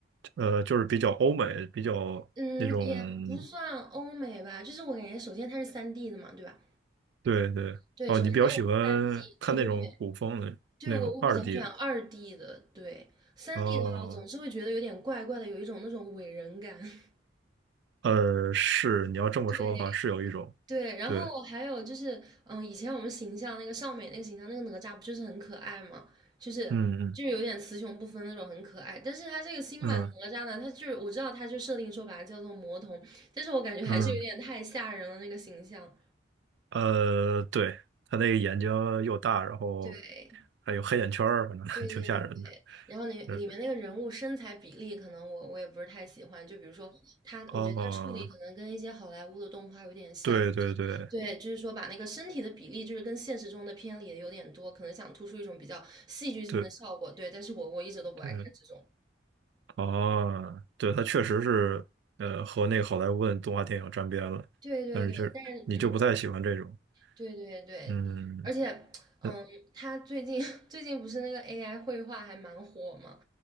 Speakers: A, on the right; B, on the right.
A: 呃就是比较欧美，比较那种，
B: 嗯，也不算欧美吧，就是我感觉首先它是三 d 的嘛，对吧？
A: 对对，
B: 对，
A: 哦，
B: 首先它是三
A: 你比较喜欢
B: d
A: 看那种古风的那种二
B: 对对对，对我我比较喜欢二
A: D 的，
B: d 的，对三
A: 哦，
B: d 的话，我总是会觉得有点怪怪的，有一种那种伪人感。<laughs>
A: 呃，是，你要这么说的话，
B: 对
A: 是有一种，
B: 对，然后还有就是，
A: 对，
B: 嗯，以前我们形象那个尚美那个形象，那个哪吒不就是很可爱嘛，就是
A: 嗯嗯
B: 就是有点雌雄不分那种，很可爱。但是他这个新版的哪吒呢，
A: 嗯
B: 他就是我知道他就设定说把它叫做魔童，但是我感觉还是有点太吓人了那个形象。
A: 嗯。呃，对，他那个眼睛又大，然后
B: 对
A: 还有黑眼圈儿，反正
B: 对对对，
A: <laughs> 挺吓人的。
B: 然后里里面那个人物身材比例，
A: 是，
B: 可能我我也不是太喜欢。就比如说他，
A: 哦，
B: 我觉得他处理可能跟一些好莱坞的动画有点像，
A: 对对对
B: 对，就是说把那个身体的比例，就是跟现实中的偏离的有点多，可能想突出一种比较戏剧性的效果。
A: 对
B: 对，但是我我一直都不爱看这种。
A: 对，哦，对，他确实是，呃，和那个好莱坞的动画电影沾边了，
B: 对对对，
A: 但是就是你就不太喜欢这种，
B: 但是嗯，对对对，
A: 嗯
B: 而且嗯，
A: 嗯，
B: 他最近 <laughs> 最近不是那个 AI 绘画还蛮火嘛，